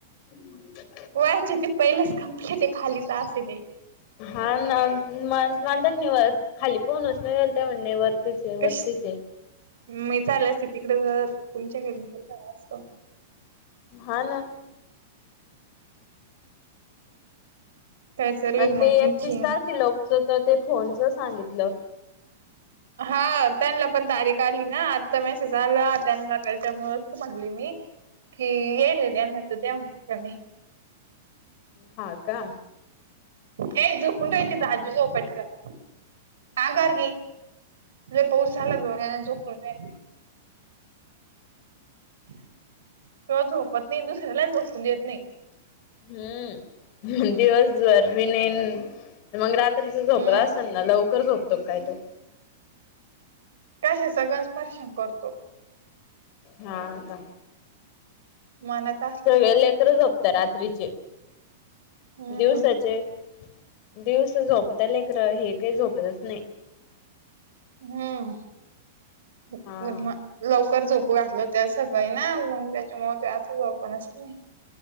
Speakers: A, on the left (about 45°); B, on the right (about 85°).
A: <unintelligible>
B: वरचे ते पहिलेच कंप्लीट ये, खाली टास ये ते
A: हा ना, ना नांत निवतं खाली पाहूनच नाय, त्या म्हणे वरतीच ये
B: कश
A: वरतीच ये.
B: मी आले असते, तिकड तुमच्या घरी त बर झाला असत.
A: हा ना.
B: काय चालय
A: आणि
B: मग
A: ते एकतीस
B: आणखी
A: तारखेला लॉकच, त ते फोनच सांगितलं.
B: हा त्यांना पण तारीख आली ना आत्ता मेसेज आला त्यांना त्याच्यामुळच त म्हणली मी की येईले त्यांना त त्या म्हणता का नाय.
A: हा का
B: ये झोपून राहाय की, आजी जवळ पटकन अंगारकी, लय पाऊस आला जोरात आणि झोपूण राय तो झोपत नाही. आणि दुसऱ्यालाही झोपून देत नाही.
A: हम्म, दिवसभर बी नाहीन मंग रात दुपारी जे झोपला
B: हम्म
A: आसन ना, लवकर झोपतो क काय तो
B: कशा सगळंच परेशान करतो.
A: हा का
B: मानत
A: सगळे लेकर झोपता. रात्रीचे
B: हम्म
A: दिवसाचे दिवसां झोपता लेकरं हे काय झोपतच नाय.
B: हं हे
A: हा.
B: म लवकर झोपू घातल होत आज सकाळी ना मंग त्याच्यामुळ काय आता झोपनाच ते